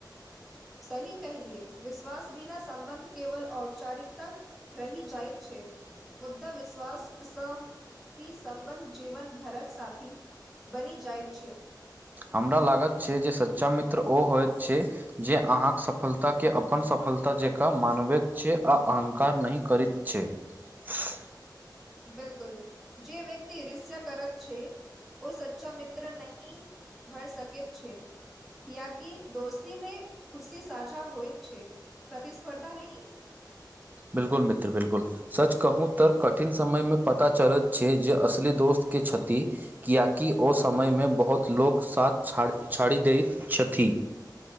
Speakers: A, in the centre; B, on the right.
A: सही कहिलए विश्वास बिना सं्बन्ध केवल औपचारिकता रहि जाइतत छै मुद्दा विश्वास स ही सं्बन्ध जीवन भरक साथी बनी जाइतत छै।
B: हमरा लागत छै जे सच्चा मित्र ओ होइत छै जे अहाँक सफलताके अपन सफलता जकाँ मानबैत छै आ अहङ्कार नहि करैत छै। <unintelligible>
A: बिलकुल जे व्यक्त रस्सा करत छै ओ सच्चा मित्र नही- भर सकैत छै कियाकि दोस्ती मे खुशी साझा होइतत छै प्रतिस्पर्धा नही।
B: बिलकुल मित्र बिलकुल सच कहूँ तऽ कठिन समयमे पता चलैत छै जे असली दोस्तके छथि्ष किएकि ओ समयमे बहुत लोक साथ छाड़ि दैत छथि।